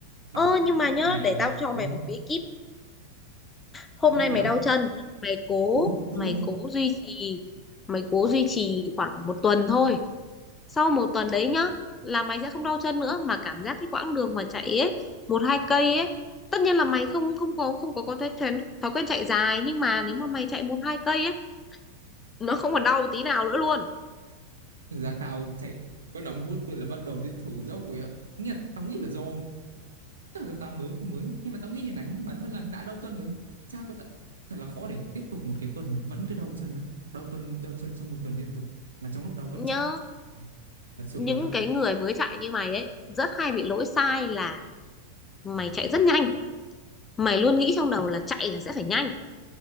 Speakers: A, on the right; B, on the left.
A: bảo
B: ơ nhưng mà nhớ
A: mày
B: để tao cho
A: ừ
B: mày một bí kíp hôm
A: bí
B: nay
A: kíp
B: mày
A: nào
B: đau chân mày cố
A: ừ đúng
B: mày
A: rồi
B: cố duy trì mày cố duy trì khoảng một tuần thôi sau một tuần đấy nhá là mày sẽ không đau chân nữa mà cảm giác cái quãng đường mà chạy ấy một hai cây ấy tất nhiên là mày không không có không có có thói quen thói quen chạy dài nhưng mà nếu mà mày chạy một hai cây ấy nó không còn đau tí nào nữa luôn
A: Thực ra tao chạy có 5 phút tôi là bắt đầu thấy thở dốc rồi ạ. Nghĩa là tao nghĩ là do tức là do tao mới cũng mới nhưng mà tao nghĩ như này bản thân là đã đau chân rồi sao có ta... thật là khó để tiếp tục một cái tuần mà vẫn cứ đau chân á đau tuần đau chân trong một tuần liên tục mà trong lúc đau vẫn
B: nhớ
A: chạy Ôi, thật sự
B: những
A: luôn á
B: cái người mới chạy như mày ấy rất hay bị lỗi sai là mày chạy rất nhanh mày luôn nghĩ trong đầu là chạy là sẽ phải nhanh